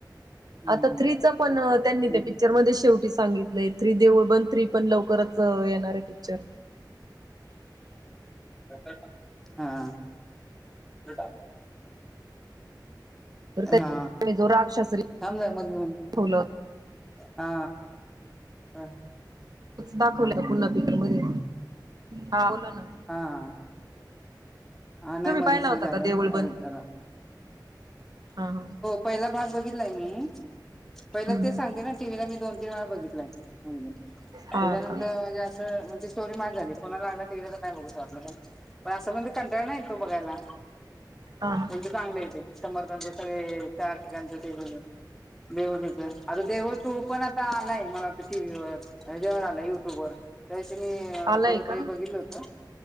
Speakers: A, in the centre; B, on the right.
A: हम्म.
B: आता थ्री चा पण त्यांनी
A: हा
B: त्या पिक्चर मध्ये शेवटी सांगितलंय थ्री देऊळ बंद थ्री पण लवकरच येणार हे पिक् क्चर
A: हा
B: तर त्या
A: हा
B: जो रागशास्त्री
A: थांब जरा <unintelligible>
B: दाखवला
A: हा हा
B: तेच दाखवलं का पुन्हा पीक्चर मधे हा बोला ना
A: हा हा नाही
B: तुम्ही
A: मध्येच
B: पाहिला होता
A: हे झालं
B: का देऊळ
A: ना
B: बंद
A: जरा
B: हा हा
A: पहिला भाग बघितलाय मी पहिलं
B: हम्म
A: ते सांगते ना टीव्हीला मी दोन तीन वेळा बघितलाय हम्
B: हा
A: त्याच्यानंतर
B: का
A: म्हणजे असं म्हणजे ष्टोरी माट झाली पुन्हा लागला टीव्हीला तर नाही बघुसा वाटला मग पण असा पण कंटाळा नाही येत तो बघायला
B: हा हा
A: म्हणजे चांगलं हे ते समर्थाचे सगळे चार ठिकाणचं ते देऊळ टू पण आता आलाय मला वाटतं टीव्हीवर ह्या ज्यावर आलाय युट्यूब वर त्या दिवशी मी
B: आलाय
A: थोडंस
B: का
A: हे बघितलं होतं